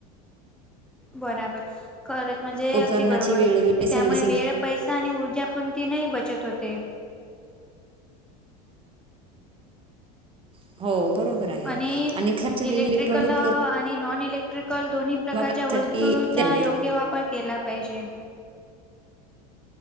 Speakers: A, in the centre; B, on the right.
A: बराबर खरच म्हणजे
B: उपकरणाची
A: अगदी बरोबर
B: वेळोवेळी सर्व्हिसिंग
A: त्यामुळे वेळ पैसे आणि ऊर्जा पण ती नाही बचत होते.
B: <unintelligible>
A: आणि
B: खराब झालेली
A: इलेक्ट्रिकल
B: इलेक्ट्रॉनिक उपकरण
A: आणि नॉन इलेक्ट्र क्ट्रिकल दोन्ही प्रकारच्या
B: वापरासाठी
A: वस्तूंचा
B: द्यावीत
A: योग्य वापर केला पाहिजे